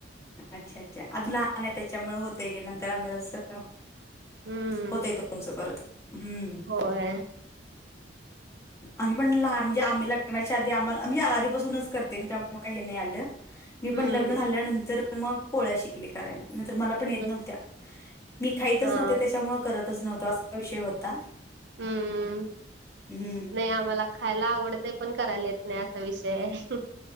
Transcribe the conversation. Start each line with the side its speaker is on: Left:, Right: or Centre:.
Left: अच्छा अच्छा अजून <unintelligible> लहान आहे त्याच्या मूळे होतंय गे नंतर अस जरा
Right: हम्म
Left: होतोय <unintelligible> तुमचं परत हम्म.
Right: होय <inaudible>
Left: आम्ही पण लाहान म्हणजे आम्ही लग्न च्या आधी आम्हाला आम्ही आपासूनच करते त्यामुळे हे काय नाही आलं. मी पण
Right: हम्म
Left: लग इतर मग पोळ्या शिकले करायला नंतर मला पण येत
Right: हम्म
Left: नव्हत्या मी खायतच
Right: हा
Left: नव्हते त्याच्यामुळे करतच नव्हतो असा विषय होता.
Right: हम्म
Left: हम्म.
Right: नाही आम्हाला खायला आवडत पण करायला येत. नाही असा विषय आहे.